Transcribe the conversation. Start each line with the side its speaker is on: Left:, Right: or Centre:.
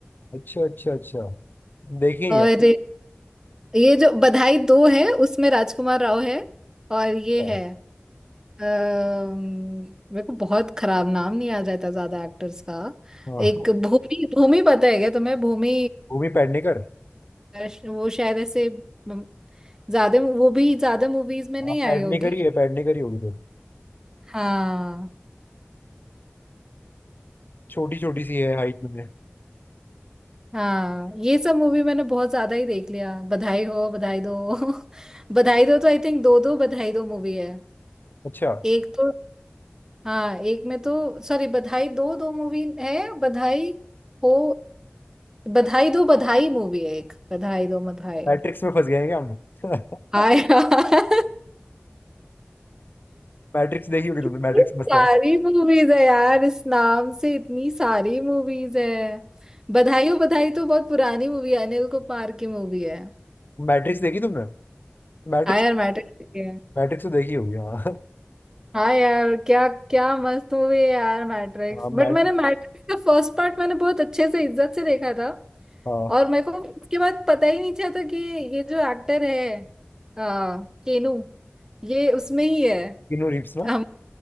Left: अच्छा अच्छा अच्छा देखिए
Right: और
Left: यार
Right: ये जो बधाई दो है उसमें राजकुमार राव है और ये
Left: अच्छा
Right: है अम्म, मेरे को बहुत खराब नाम नहीं याद रहता ज्यादा एक्टर्स का
Left: हाँ
Right: एक भूमि भूमि पता है क्या तुम्हें भूमि
Left: भूमि पेडनेकर
Right: अर्श- वो शायद ऐसे म, ज्यादा वो भी ज्यादा मूवीज में
Left: हाँ
Right: नहीं आई
Left: पेडनेकर
Right: होगी
Left: ही है पेडनेकर ही होगी फिर
Right: हाँ
Left: छोटी छोटी सी है हाइट में
Right: हाँ ये सब मूवी मैंने बहुत ज्यादा ही देख लिया बधाई हो बधाई दो <laughs> बधाई दो तो आई थिंक दो दो बधाई दो मूवी है
Left: अच्छा
Right: एक तो हाँ एक में तो सॉरी बधाई दो दो मूवी है बधाई हो बधाई दो बधाई मूवी है एक बधाई दो बधाई
Left: मैट्रिक्स में फंस गए हैं क्या हम <laughs>
Right: हाय यार
Left: मैट्रिक्स देखी होगी तुमने
Right: कितनी
Left: मैट्रिक्स मस्त
Right: सारी
Left: है ना
Right: मूवीज है यार इस नाम से इतनी सारी मूवीज है बधाई हो बधाई तो बहुत पुरानी मूवी है अनिल कपूर की मूवी है
Left: मैट्रिक्स देखी तुमने मैट्रिक्स
Right: आया मैटर
Left: मैट्रिक्स तो देखी होगी हाँ
Right: हाँ यार क्या क्या मस्त मूवी है यार मैट्रिक्स
Left: हाँ
Right: बट
Left: मैट्रिक्स
Right: मैंने मैट्रिक्स का फर्स्ट पार्ट मैंने बहुत अच्छे से इज्जत से देखा था
Left: हाँ
Right: और मेरे को उसके बाद पता ही नहीं चला था कि ये जो एक्टर है आ, केनू ये उसमें ही है
Left: किनू रिप्स ना
Right: हम